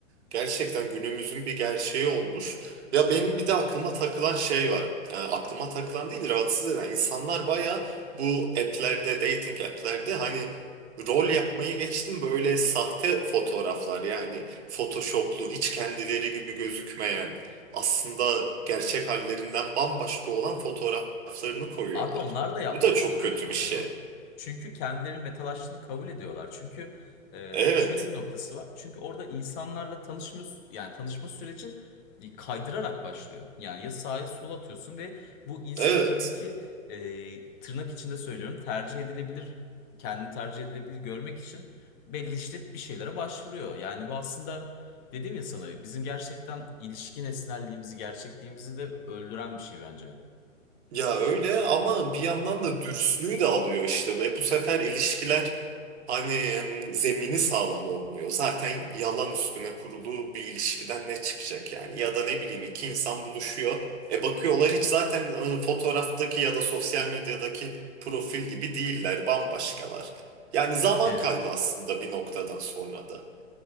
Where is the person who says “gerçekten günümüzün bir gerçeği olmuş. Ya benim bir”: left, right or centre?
Right